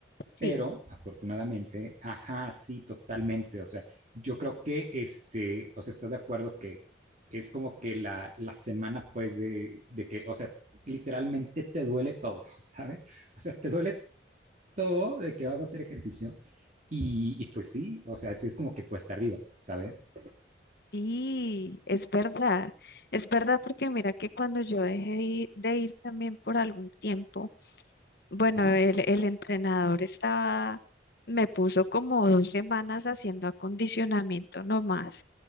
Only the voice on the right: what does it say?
Pero afortunadamente, ajá, sí, totalmente. O sea, yo creo que, este, o sea, estás de acuerdo que es como que la, la semana, pues, de, de que, o sea, literalmente te duele todo, <laughs> ¿sabes? O sea, te duele todo de que vas a hacer ejercicio. Y, y pues sí, o sea, sí es como que cuesta arriba, ¿sabes?
Ajá,